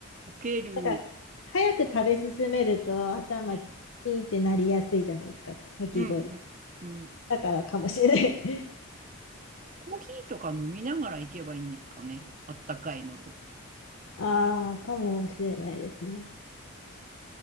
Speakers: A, on the right; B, on the left.
A: 溶ける。
B: なんか、早く食べ進めると頭キ
A: うん
B: ンってなりやすいじゃないですか、かき氷。
A: うんうん、うん。
B: だからかもしれない。<laughs>
A: コーヒーとか飲みながら行けばいいんですかね。あったかいのと。
B: ああ、かもしれないですね。